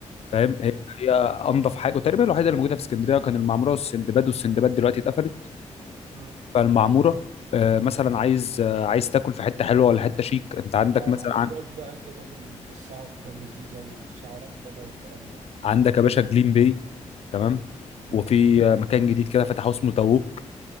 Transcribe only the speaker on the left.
فاهم هي هي انضف حاجه وتقريبا الوحيده اللي موجوده في اسكندريه كان المعموره والسندباد والسندباد دلوقتي اتقفلت
فالمعموره آه، مثلا عايز آه، عايز تاكل في حته حلوه ولا حته شيك انت عندك
مثلا
عندك يا باشا جليم باي تمام
وفي آه، مكان جديد كده فتحوه اسمه تاووك